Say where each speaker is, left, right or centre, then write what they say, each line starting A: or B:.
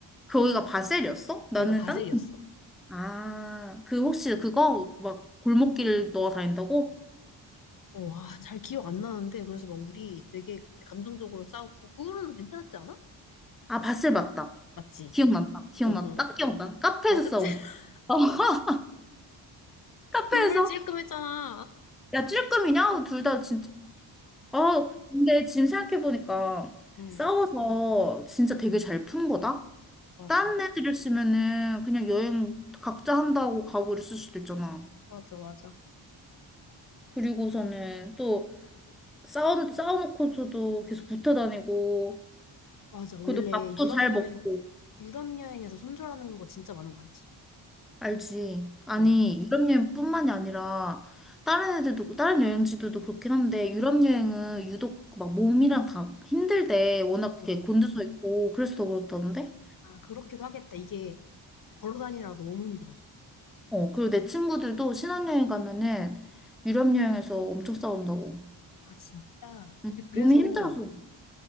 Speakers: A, in the centre; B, on the left (about 45°).
A: 거기가 바셀이었어? 나는
B: 거기가 바셀이었어.
A: 딴 데. 아, 그 혹시 그거 막 골목길 넣어 다닌다고?
B: 어, 아, 잘 기억 안 나는데, 그래서 막 우리 되게 감정적으로 싸웠고, 그 후로는 괜찮았지 않아?
A: 아, 바셀 맞다.
B: 맞지?
A: 기억난다. 기억나.
B: 어, 어.
A: 딱 기억나. 카페에서
B: 어, 그치?
A: 싸운
B: <laughs>
A: 거. 어, <laughs> 카페에서
B: 눈물 찔끔했잖아.
A: 야 찔끔이냐? 둘 다 진짜 어 근데 지금 생각해보니까
B: 응,
A: 싸워서 진짜 되게 잘 푸는 거다
B: 맞아.
A: 딴 애들을 쓰면은 그냥 여행 각자 한다고 가오를 쓸 수도 있잖아.
B: 맞아, 맞아.
A: 그리고서는 또 싸워, 싸워놓고서도 계속 붙어 다니고,
B: 맞아. 원래
A: 그래도 밥도
B: 유럽
A: 잘
B: 여행,
A: 먹고,
B: 유럽 여행에서 손절하는 거 진짜 많은 거 알지?
A: 알지? 아니,
B: 응.
A: 유럽 여행뿐만이 아니라 다른 애들도, 다른 여행지들도 그렇긴 한데, 유럽 여행은 유독 막 몸이랑 다 힘들대. 워낙 그게
B: 응, 응.
A: 곤두서 있고, 그래서 더 그렇다던데?
B: 아, 그렇기도 하겠다. 이게 걸어 다니느라 너무 힘들어서.
A: 어, 그리고 내 친구들도 신혼여행 가면은 유럽 여행에서 엄청 싸운다고.
B: 아, 진짜. 우리
A: 응,
B: 그래서
A: 몸이 힘들어서.